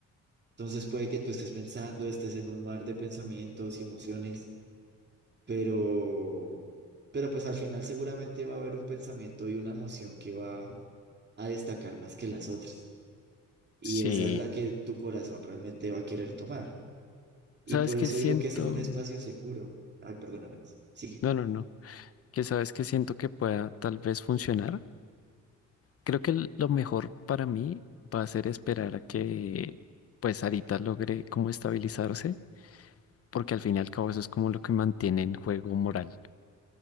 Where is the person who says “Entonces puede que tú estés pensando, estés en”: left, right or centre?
Right